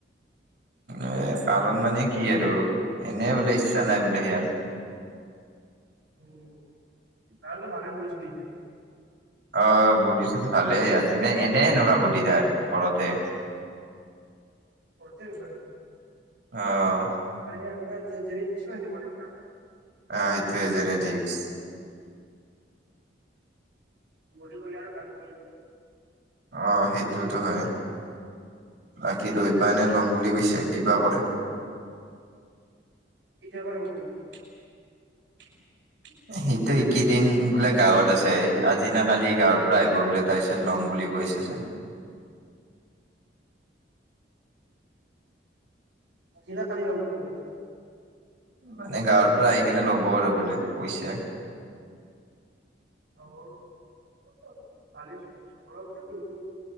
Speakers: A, on the right; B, on the right.
A: এ কাৰণ মানে কি আৰু, এনে বোলে ইচ্ছা নাই বোলে ইয়াৰ।
B: উ, <unintelligible>
A: অ' বডি-চডি ভালে ইয়াৰ এনে-এনে সেনকা বডি তাৰ, ঘৰতে।
B: ঘৰতে ইমান
A: অ
B: মানেহ সেয়া জে-জেনেটিকচৰ হেনকা টাইপৰ
A: অ' এইটোৱেই জেনেটিকচ্।
B: সি গলে আৰু পাচজনে এৰিব
A: অ সেইটোতো হয়। বাকী দৈপানে ল'ম বুলি কৈছে। কি বা কৰে?
B: কেতিয়াৰ পৰা লব পাৰিব? <inaudible>
A: সিটো ইকেদিন বোলে গাঁৱত আছে, আজি না কালি গাঁৱৰ পৰা আহিব বোলে তাৰ-ছ ল'ম বুলি কৈছে চোন।
B: আজি বা কালি লম বুলি কৈছে।
A: মানে গাঁৱৰ পৰা আহি কিনে ল'ব আৰু বোলে কৈছে।
B: <unintelligible> কত যাৱ তালৈ যাম ঘৰত যাম কিন্তু।